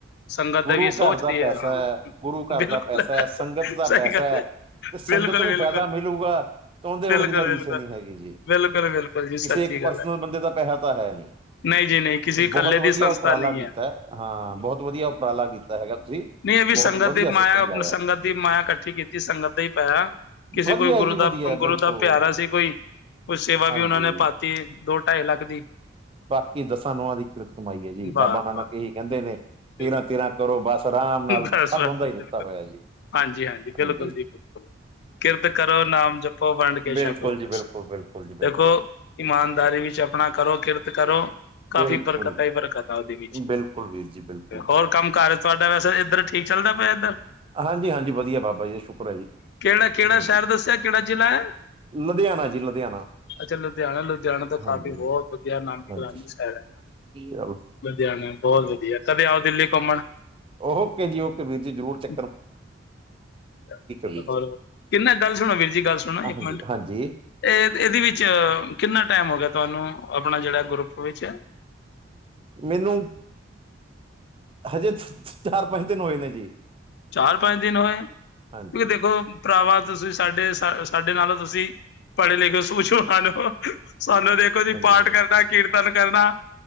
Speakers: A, on the left (about 60°); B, on the right (about 30°).
A: ਸੰਗਤ ਦਾ
B: ਗੁਰੂ
A: ਵੀ ਸੋਚਦੀ
B: ਘਰ ਦਾ ਪੈਸਾ
A: ਹੈ ਹਾਂ
B: ਐ, ਗੁਰੂ ਘਰ
A: ਬਿਲਕੁਲ
B: ਦਾ ਪੈਸਾ ਐ, ਸੰਗਤ ਦਾ
A: ਸਹੀ
B: ਪੈਸਾ
A: ਗੱਲ
B: ਐ।
A: ਹੈ
B: ਤੇ ਸੰਗਤ
A: ਬਿਲਕੁਲ
B: ਨੂੰ
A: ਬਿਲਕੁਲ
B: ਫਾਇਦਾ ਮਿਲੂਗਾ ਤਾਂ ਉਹਦੇ
A: ਬਿਲਕੁਲ
B: ਵਰਗੀ ਤਾਂ ਓਦੇਂ ਵਰਗੀ ਤਾ ਰੀਸ
A: ਬਿਲਕੁਲ
B: ਨੀ ਹੈਗੀ ਜੀ।
A: ਬਿਲਕੁਲ ਬਿਲਕੁਲ ਜੀ
B: ਕਿਸੇ
A: ਸੱਚੀ ਗੱਲ
B: ਪਰਸਨਲ
A: ਹੈ।
B: ਬੰਦੇ ਦਾ ਪੈਹਾ ਤਾਂ ਹੈ ਨੀ।
A: ਨਹੀਂ ਜੀ ਨਹੀਂ ਕਿਸੇ
B: ਤੇ
A: ਇਕੱਲੇ
B: ਬੋਹਤ
A: ਦੀ
B: ਵਧੀਆ
A: ਸੰਸਥਾ
B: ਉਪਰਾਲਾ
A: ਨਹੀਂ
B: ਕੀਤੈ,
A: ਹੈ
B: ਹਾਂ ਬੋਹਤ ਵਧੀਆ ਉਪਰਾਲਾ ਕੀਤਾ ਹੈਗਾ ਤੁਸੀਂ।
A: ਨਈ ਏ ਵੀ
B: ਬਹੁਤ
A: ਸੰਗਤ
B: ਵਧੀਆ
A: ਦੀ
B: ਸਿਸਟਮ
A: ਮਾਯਾ
B: ਲਾਇਆ
A: ਸੰਗਤ ਦੀ ਮਾਯਾ ਕੱਠੀ ਕੀਤੀ ਸੰਗਤ ਤੇ ਈ ਪੈਹਾ ਕਿਸੇ
B: ਵਧੀਆ
A: ਕੋਈ ਗੁਰੂ
B: ਜੀ
A: ਦਾ,
B: ਵਧੀਆ
A: ਗੁਰੂ
B: ਬਿਲਕੁਲ
A: ਦਾ ਪੇਆਰਾ ਸੀ ਕੋਈ, ਕੁੱਛ ਸੇਵਾ
B: ਹਾਂਜੀ
A: ਵੀ ਓਨਾਂ ਨੇ ਪਾਤੀ <unintelligible> ਦੋ ਢਾਈ ਲੱਖ ਦੀ
B: ਬਾਕੀ ਦਸਾ ਨੌਆ ਦੀ ਕਿਰਤ ਕਮਾਈ ਐ ਜੀ,
A: ਬਸ
B: ਬਾਬਾ ਨਾਨਕ
A: ਬਸ
B: ਏਹੀ ਕੈੰਦੇ ਨੇ
A: ਬਿਲਕੁਲ
B: ਤੇਰਾ-ਤੇਰਾ ਕਰੋ ਬੱਸ ਰਾਮ ਨਾਲ
A: ਬਸ
B: ਸਭ
A: ਬਸ
B: ਓਦਾ
A: ਬਿਲਕੁਲ
B: ਈ ਦਿੱਤਾ ਹੋਏਆ ਜੀ,
A: ਹਾਂਜੀ ਬਿਲਕੁਲ
B: ਹਾਂਜੀ
A: ਜੀ ਬਿਲਕੁਲ ਕਿਰਤ ਕਰੋ, ਨਾਮ ਜਪੋ, ਵੰਡ ਕੇ
B: ਬਿਲਕੁਲ
A: ਛਕੋ,
B: ਜੀ ਬਿਲਕੁਲ ਬਿਲਕੁਲ ਜੀ
A: ਦੇਖੋ
B: ਬਿਲਕੁਲ
A: ਇਮਾਨਦਾਰੀ ਵਿੱਚ ਆਪਣਾ, ਕਰੋ ਕਿਰਤ ਕਰੋ। ਕਾਫੀ
B: ਬਿਲਕੁਲ
A: ਬਰਕਤਾ ਈ ਬਰਕਤਾ ਓਦੇ ਵਿੱਚ,
B: ਬਿਲਕੁਲ ਵੀਰ ਜੀ ਬਿਲਕੁਲ
A: ਤੇ
B: ਜੀ
A: ਹੋਰ ਕੰਮ-ਕਾਰ ਤਵਾਡਾ ਵੈਸੇ ਇੱਧਰ ਠੀਕ ਚੱਲਦਾ ਪੇਆ ਏਧਰ?
B: ਹਾਂਜੀ-ਹਾਂਜੀ ਵਧੀਆ ਬਾਬਾ ਜੀ ਦਾ ਸ਼ੁਕਰ ਐ ਜੀ,
A: ਕਿਹੜਾ ਕਿਹੜਾ
B: ਹਾਂਜੀ
A: ਸ਼ਹਿਰ ਦੱਸਿਆ ਕਿਹੜਾ ਜ਼ਿਲ੍ਹਾ ਹੈ
B: ਲੁਧਿਆਣਾ ਜੀ ਲੁਧਿਆਣਾ
A: ਅੱਛਾ ਲੁਧਿਆਣਾ, ਲੁਧਿਆਣਾ ਤੋਂ ਕਾਫੀ
B: ਹਾਂਜੀ
A: ਬੋਤ
B: ਹਾਂਜੀ
A: ਵਧੀਆ ਨਾਮ ਵੀ
B: ਹਾਂਜੀ
A: <unintelligible> ਕਾਨੀ ਸਟੈਲ ਐ
B: ਚਲੋ
A: ਲੁਧਿਆਣੇ ਬੋਤ ਵਧੀਆ, ਕਦੇ ਆਓ ਦਿੱਲੀ ਕੁਮਣ
B: ਓਹੋਕੇ ਜੀ ਓਕੇ ਵੀਰ ਜੀ ਜ਼ਰੂਰ ਚ
A: <unintelligible>
B: ਵੀਰ ਜੀ
A: ਕਿੰਨਾ ਗੱਲ ਸੁਣੋ ਵੀਰ ਜੀ ਗੱਲ ਸੁਣੋ
B: ਹਾਂਜੀ
A: ਇੱਕ ਮਿੰਟ
B: ਹਾਂਜੀ
A: ਏ, ਇਦੀ ਵਿੱਚ ਕਿੰਨਾ ਟਾਈਮ ਹੋ ਗਿਆ ਤਾਨੂੰ, ਆਪਣਾ ਜਿੜਾ ਗਰੁੱਪ ਵਿੱਚ?
B: ਮਨੂੰ ਹਜੇ <unintelligible> ਚਾਰ-ਪੰਜ ਦਿਨ ਹੋਏ ਨੇ ਜੀ।
A: ਚਾਰ-ਪੰਜ ਦਿਨ ਹੋਏ,
B: ਹਾਂਜੀ
A: ਵਿ ਦੇਖੋ ਭਰਾਵਾ ਤੁਸੀਂ ਸਾਡੇ ਸਾ ਸਾਡੇ ਨਾਲੋਂ ਤੁਸੀਂ ਪੜ੍ਹੇ ਲਿਖੇ ਸੂਛਵਾਨ ਹੋ, ਸਾਨੂੰ ਦੇਖੋ ਅਸੀ
B: ਹਾਂਜੀ
A: ਪਾਠ
B: ਹਾਂ
A: ਕਰਨਾ ਕੀਰਤਨ ਕਰਨਾ